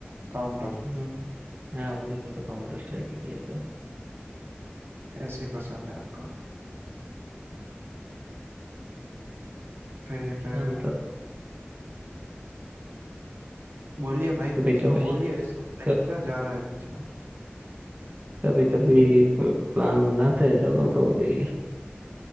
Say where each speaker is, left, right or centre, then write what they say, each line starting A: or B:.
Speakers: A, on the right (about 80°); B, on the right (about 40°).
A: काउंटर
B: हम्म हाँ उरी में तो काउंटर स्ट्राइक ही किया था
A: ऐसे ही पसंद है आपको फिर अ,
B: हाँ मतलब
A: बोलिए भाई कुछ
B: कभी कभी
A: तो बोलिए ऐसा blank
B: कब
A: क्या जा रहा है बीच में
B: कभी कभी प्लान बनाते हैं चलो तो भी